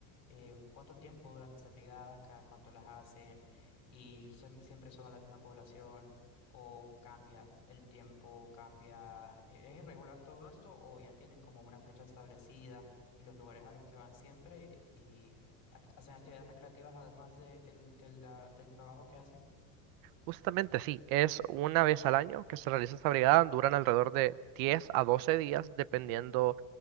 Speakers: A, on the left; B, on the right.
A: em, cuánto tiempo duran estas brigadas, cada cuánto las hacen y son- siempre son a la misma población o cambia el tiempo, cambia. ¿E- ¿Es irregular todo esto o ya tienen como una fecha establecida y los lugares a los que van siempre y act- hacen actividades recreativas además de- del, de la- del trabajo que hacen?
B: Justamente sí, es una vez al año que se realiza esta brigada, duran alrededor de 10 a 12 días, dependiendo